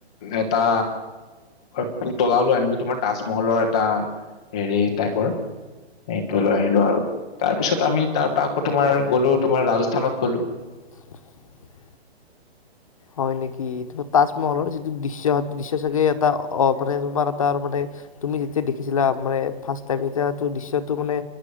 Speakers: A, in the centre; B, on the left.
A: এটা হয়, পুতলাও লৈ আনিলো তোমাৰ তাজমহলৰ এটা হেৰি টাইপৰ। সেইটো লৈ আহিলো আৰু। তাৰ পিছত আমি তাৰ পৰা আকৌ তোমাৰ
B: অ
A: গলো তোমাৰ ৰাজস্থানত গলো।
B: <inaudible> হয় নেকি? ত তাজমহলৰ যিটো দৃশ্য দৃশ্য চাগে এটা অ <unintelligible> মানে তোমাৰ এটা মানে তুমি যেতিয়া দেখিছিলা মানে ফাৰ্ষ্ট টাইম, এটিয়াটো দৃশ্যটো মানে